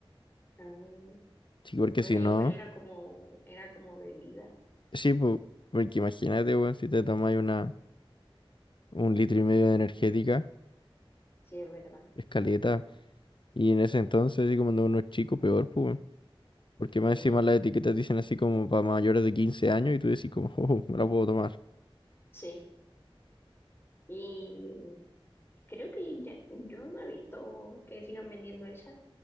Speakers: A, on the left; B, on the left.
A: Ah,
B: Sí, porque
A: bueno,
B: si
A: igual
B: no.
A: era como, era como bebida.
B: Sí, pues. Porque imagínate, weón, si te tomáis una, un litro y medio de energética,
A: Sí, es verdad.
B: es caleta. Y en ese entonces, así como no uno es chico, peor, pues, weón. Porque
A: Sí,
B: más encima las etiquetas dicen así como para mayores de 15 años y tú decís como, <laughs> oh, me la puedo tomar.
A: sí. Y creo que ya, yo no he visto que sigan vendiendo esa.